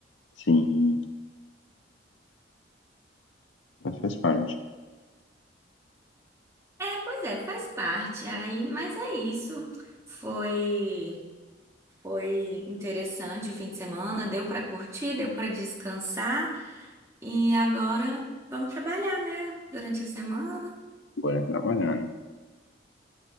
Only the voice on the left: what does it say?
Sim, mas faz parte.
Agora é trabalhar, né?